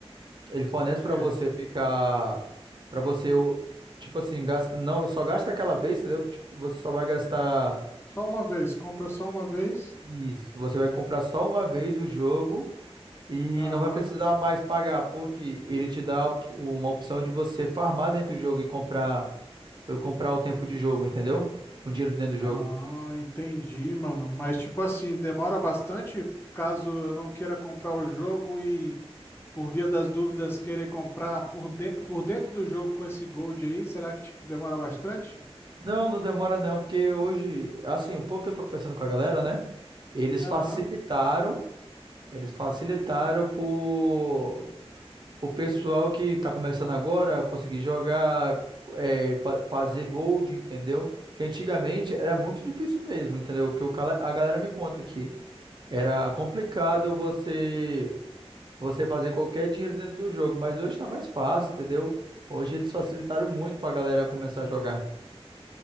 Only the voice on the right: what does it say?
Ele fornece pra
você ficar, Pra você, o- tipo assim, gasta, não, só gasta aquela vez, entendeu? Tipo, você só vai gastar
isso, você vai comprar só uma vez o jogo e
não vai precisar mais pagar, porque ele te dá op- uma opção de você farmar dentro do jogo e comprar, eu comprar o tempo de jogo, entendeu? Com dinheiro dentro do
jogo.
Não, não demora não, porque hoje, assim, um pouco que eu tô conversando com a galera, né? Eles
facilitaram, eles facilitaram por O pessoal que tá começando agora, conseguir jogar, é, fa- fazer gold, entendeu? Porque antigamente era muito difícil mesmo, entendeu? O Que o cala- a galera me conta aqui. Era complicado você você fazer qualquer dinheiro dentro do jogo, mas hoje tá mais fácil, entendeu? Hoje eles facilitaram muito pra galera começar a jogar.